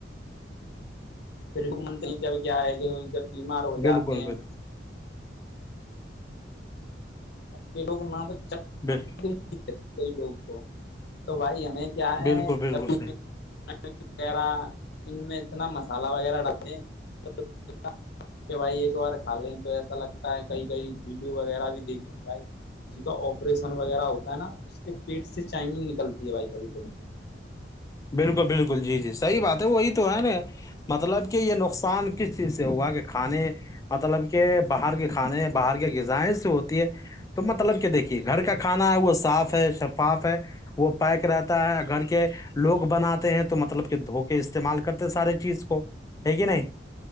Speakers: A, on the left; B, on the left.
A: پھر <unintelligible> منتے کیا آئے گے جب بیمار ہو
B: بالکل
A: جاتے ہیں
B: بالکل
A: یہ لوگ ما <unintelligible>
B: بال
A: <unintelligible> کویی لوگ تو تو بھائی ہمیں کیا
B: بالکل
A: ہےبھی
B: بالکل صحیح
A: وغیرہ ان میں اتنا مسالحہ وغیرہ ڈالے <unintelligible> کہ بھائی ایک بار کھا لیں تو ایسا لگتا ہے کئی کئی ویڈیو وغیرہ بھی دیکھیں گے بھائی جس کا آپریشن وغیرہ ہوتا ہے نا اس کے پیٹ سے چائمنگ نکلتی ہے بھائی کبھی کھی
B: بالکل بالکل جی جی صحیح بات ہے وہی
A: ہاں
B: تو ہے نا مطلب کہ یہ نقصان کس چیز سے ہوا کہ کھانے مطلب کہ باہر کے کھانے باہر کے غذائ سے ہوتی ہے تو مطلب کہ دیکھیے گھر
A: جی
B: کا کھانا ہے وہ صاف ہے شفاف ہے وہ پیک رہتا ہے گھر کے لوگ بناتے ہیں تو مطلب کہ دھوکے استعمال کرتے سارے چیز کو ہے کہ نہیں